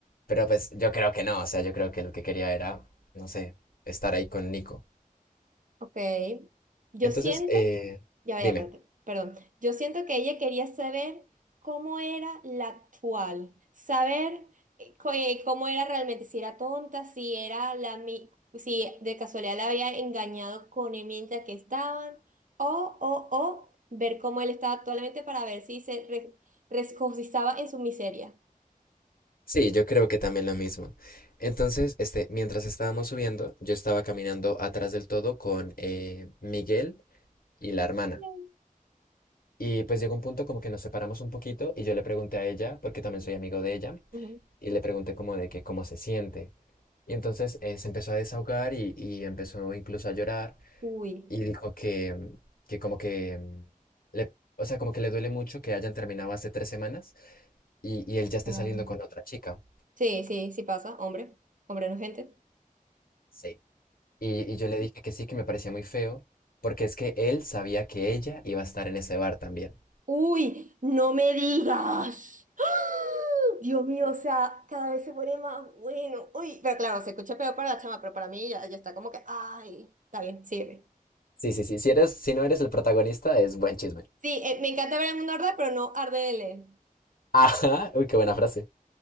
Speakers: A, on the left (about 85°); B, on the right (about 65°).
A: pero pues yo creo que no, o sea, yo creo que lo que quería era, no sé, estar ahí con Nico.
B: Ok. Yo
A: Entonces,
B: siento,
A: eh,
B: ya vaya,
A: dime.
B: perdón, perdón. Yo siento que ella quería saber cómo era la actual, saber eh, co- eh, cómo era realmente, si era tonta, si era la mi- si de casualidad la había engañado con el mientras que estaban, o, o, o ver cómo él estaba actualmente para ver si se re- regocijaba en su miseria.
A: Sí, yo creo que también lo mismo. Entonces, este, mientras estábamos subiendo, yo estaba caminando atrás del todo con eh, Miguel y la hermana.
B: Bien.
A: Y pues llegó un punto como que nos separamos un poquito y yo le pregunté a ella, porque también soy amigo de ella,
B: Ujú.
A: y le pregunté como de que cómo se siente. Y entonces eh, se empezó a desahogar y, y empezó incluso a llorar
B: Uy.
A: y dijo que, que como que mm, le, o sea, como que le duele mucho que hayan terminado hace tres semanas y, y él ya esté
B: Wow.
A: saliendo con otra chica.
B: Sí, sí, sí pasa, hombre. Hombre no es gente.
A: Sí. Y, y yo le dije que sí, que me parecía muy feo, porque es que él sabía que ella iba a estar en ese bar también.
B: Uy, no me digas. <gasps> ¡Ah! Dios mío, o sea, cada vez se pone más bueno. Uy, pero claro, se escucha peor para la chama, pero para mí ya, ya está como que, ay, está bien, sígueme.
A: Sí, sí, sí. Si eres, si no eres el protagonista, es buen chisme.
B: Sí, eh, me encanta ver el mundo arder, pero no arde de leer.
A: Ajá. Uy, qué buena frase.